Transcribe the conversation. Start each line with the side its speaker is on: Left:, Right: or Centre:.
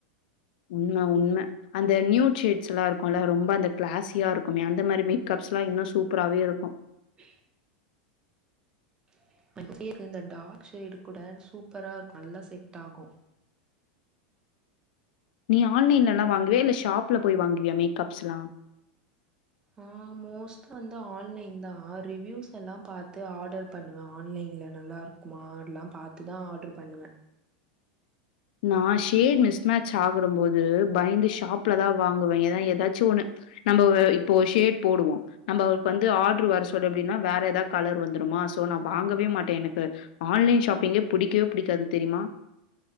Left: உண்ம, உண்ம. அந்த நியூ ஷேட்ஸ்ஸல்லா இருக்குல்ல ரொம்ப அந்த கிளாஸியா இருக்குமே அந்த மாரி மேக்கப்ஸ்ல்லா இன்னு சூப்பராவே இருக்கு
Right: <inaudible> <unintelligible> இந்த டார்க் ஷேடு கூட சூப்பரா இருக்கு நல்ல செட்டாகு
Left: நீ ஆன்லைன்லெல்லா வாங்குவியா இல்ல ஷாப்ல போய் வாங்குவியா மேக்ப்ஸ்ல்லா
Right: ஆஹ் மோஸ்டா வந்து ஆன்லைன் தா ரிவூஸ் எல்லா பாத்து ஆர்டர் பண்ணுவே ஆன்லைன்ல நல்லா இருக்குமால்லா பாத்துதா ஆர்டர் பண்ணுவே
Left: நான் ஷேட் மிஸ் மேட்ச ஆகிட போது பயந்து ஷாப்லதா வாங்குவே எண்ண ஏதாச்சு ஒண்ணு நம்ம இப்போ ஷேட் போடுவோ நம்மளுக்கு வந்து ஆர்டரு வர சொல்லு எப்டின்னா வேற ஏதாவது கலர் வந்துடுமா சோ நா வாங்கவே மாட்டே எனக்கு ஆன்லைன் ஷாப்பிங்கே புடிக்கவே புடிக்காது தெரியுமா